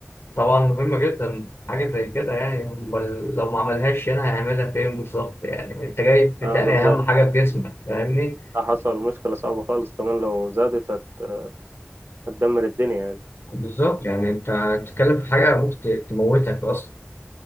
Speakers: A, on the left; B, on the right.
A: طبعا مهمة جدا حاجة زي كده يعني أمال لو ما عملهاش هنا هيعملها فين بالظبط يعني انت جاي تتقني
B: اه بالظبط
A: أهم حاجة في جسمك فاهمني
B: ده حصل مشكلة صعبة خالص كمان لو زادت هت- هتدمر الدنيا يعني
A: بالظبط يعني انت بتتكلم في حاجة ممكن ت- تموتك اصلا